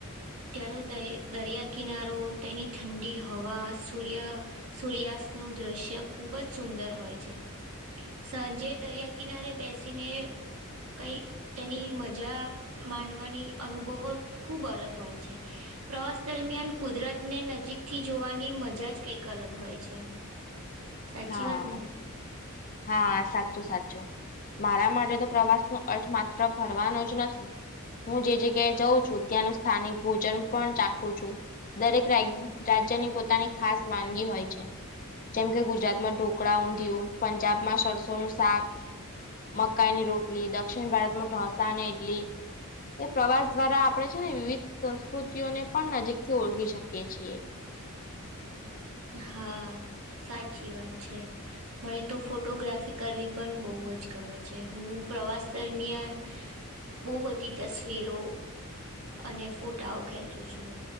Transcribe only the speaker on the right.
ત્યાર હુ દઈ-દરિયાકિનારો તેની ઠંડી હવા, સૂર્ય સૂર્યાસ્તનું દ્રશ્ય ખૂબ જ સુંદર હોય છે. સાંજે દરિયાકિનારે બેસીને કંઈક તેની મજા માણવાની અનુભવ ખૂબ અલગ હોય છે. પ્રવાસ દરમિયાન કુદરતને નજીકથી જોવાની મજા જ કઈક અલગ હોય છે. સાચી
વાત
ને?
હા, સાચી વાત છે. મને તો ફોટોગ્રાફી કરવી પણ બઉ જ ગમે છે. હું પ્રવાસ દરમિયાન બોઉ બધી તસવીરો અને ફોટાઓ ખેંચું છું.